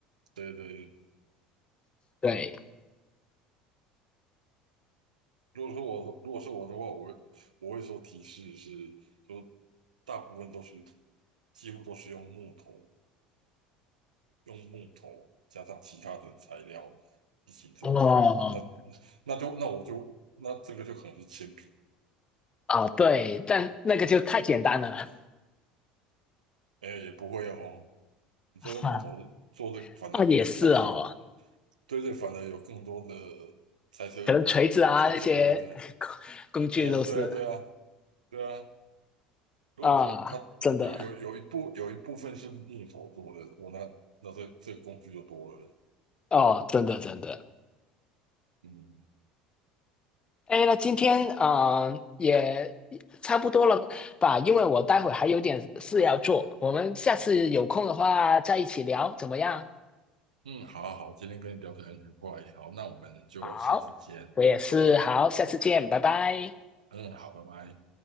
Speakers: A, on the right; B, on the left.
A: 对对对。
B: 对。
A: 如果说我如果是我的话，我会我会说提示是，就大部分都是几乎都是用木头，用木头加上其他的材料一起做的。
B: 哦
A: 那那就那我就那这个就可能是铅笔，
B: 哦，对，但那个就太简单了。
A: 哎，也不会哦。你说用木头做的，
B: <laughs>
A: 反而反而
B: 啊，也是哦。
A: 对对，反而有更多的猜测
B: 可能锤子啊那些
A: 猜测空间。
B: <laughs> 工具都是
A: 哎，对啊，对啊，对啊。如果你说它有有有一部有一部分是木头做的，
B: 啊，真的
A: 我那那这这个工具就多了。
B: 哦，真的真的。
A: 嗯
B: 哎，那今天啊、呃也差不多了吧？因为我待会还有点事要做，我们下次有空的话再一起聊，怎么样？
A: 嗯，好好好，今天跟你聊得很愉快，好，那我们就下次见。
B: 好，我也是，
A: 好，
B: 好，下次见，拜拜。
A: 嗯，好，拜拜。